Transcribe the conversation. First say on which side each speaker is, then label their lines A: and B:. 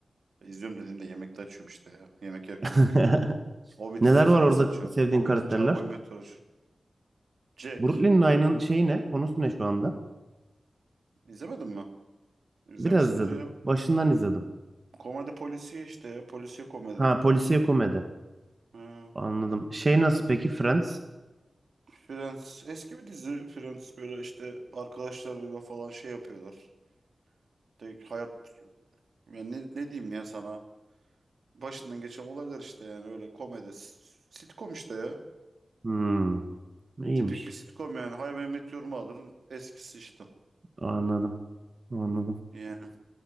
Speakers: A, on the right; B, on the right.
A: İzliyorum dediğimde yemekte açıyorum işte ya. Yemek yerken
B: <laughs>
A: bakıyorum. O bitince
B: Neler
A: Friends
B: var orada
A: açıyorum.
B: sevdiğin
A: O
B: karakterler?
A: bitince How I Met Your açıyorum. Jack.
B: Brooklyn Nine'ın şeyi ne? Konusu ne şu anda?
A: İzlemedin mi? İzlemişsindir
B: Biraz izledim.
A: ya.
B: Başından izledim.
A: Komedi polisiye işte ya. Polisiye komedi.
B: Ha polisiye komedi.
A: Ha.
B: Anladım. Şey nasıl peki Friends?
A: Friends. Eski bir dizi Friends. Böyle işte arkadaşlarıyla falan şey yapıyorlar. De hayat yani ne, ne diyeyim ya sana? Başından geçen olaylar işte yani öyle komedi. s- Sitcom işte ya.
B: Hmm, iyiymiş.
A: Tipik bir sitcom yani. Hay ben Met Your Mother'ın eskisi işte.
B: Anladım. Anladim.
A: Yani